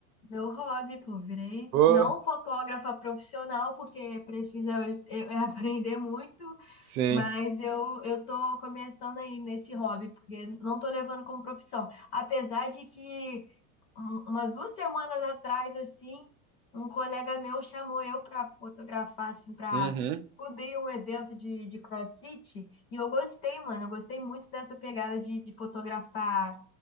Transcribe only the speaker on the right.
<laughs> Pô,
sim.
Uhum,